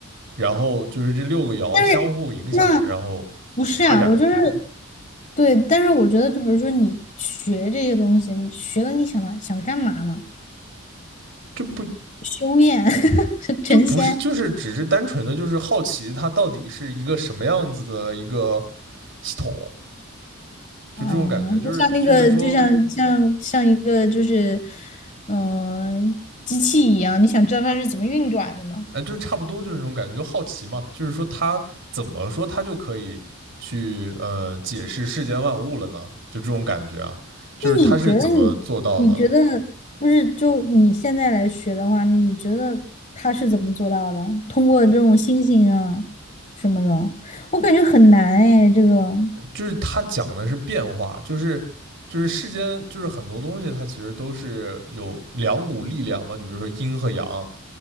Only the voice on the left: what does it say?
但是那
不是啊，我就是对，但是我觉得就比如说你学这些东西，你学了你想想干嘛呢？
修炼 <laughs> 成仙。
啊，
就像那个，就像像像一个就是，嗯、机器一样，你想知道它是怎么运转的吗？
那你觉得你，你觉得不是就你现在来学的话，你觉得它是怎么做到的？通过这种星星啊什么的，我感觉很难哎，这个，